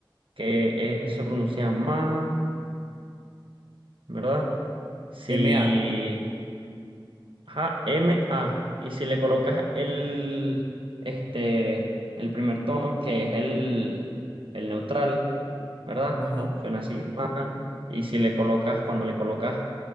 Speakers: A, on the right; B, on the right.
A: que eh,
B: Ujú.
A: se pronuncia ma, ¿verdad? Si
B: MA,
A: Ajá, MA. Y si le colocas el, este, el primer tono, que es el, el neutral, ¿verdad?
B: ajá.
A: Suena así, ma. Y si le colocas, cuando le colocas